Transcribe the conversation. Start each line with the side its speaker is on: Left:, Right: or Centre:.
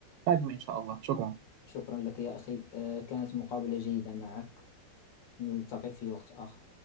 Right: قادم إن شاء الله شكرا
Left: شكرا لك يا أخي آه، كانت مقابلة جيدة معك نلتقي في وقت آخر